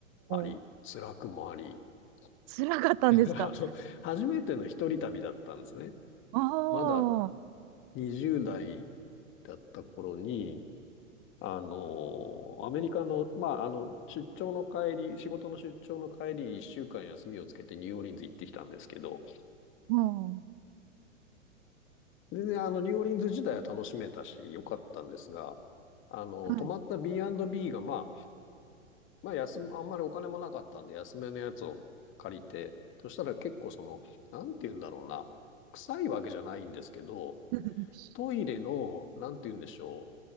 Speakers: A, on the left (about 30°); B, on the right (about 30°).
A: あり、
B: ー、
A: 辛くもあり、
B: 辛かったんですか
A: <laughs> あの、初めての一人旅だったんですね。
B: あ
A: まだ
B: あー、
A: 20代だった頃に、あの、アメリカの、まあ、あの、出張の帰り、仕事の出張の帰り、一週間休みをつけてニューオーリンズ行ってきたんですけど、
B: うん。は
A: 全然あの、ニューオーリンズ自体は楽しめたし、良かったんですが、あの、
B: い。
A: 泊まった B&B が、まあ、まあ、休む、あんまりお金もなかったんで、安めのやつを借りて、そしたら結構その、なんて言うんだろうな、臭いわけじゃないんですけど、
B: <laughs>
A: トイレの、なんて言うんでしょ